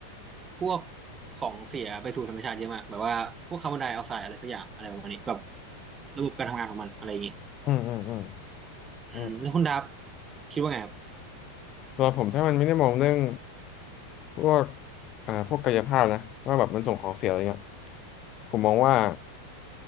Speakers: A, on the right; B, on the left.
A: พวกของเสียไปสู่ธรรมชาติเยอะมากแบบว่าพวกคาร์บอนไดออกไซด์อะไรสักอย่างอะไรประมาณนี้แบบระบบการทำงานของมันอะไรอย่างงี้
B: อืมอืมอืม
A: อืมแล้วคุณดับ
B: อืม
A: คิดว่าไงครับ
B: สำหรับผมถ้ามันไม่ได้มองเรื่องพวกอ่าพวกกายภาพนะว่าแบบมันส่งของเสียอะไรเงี้ยผมมองว่า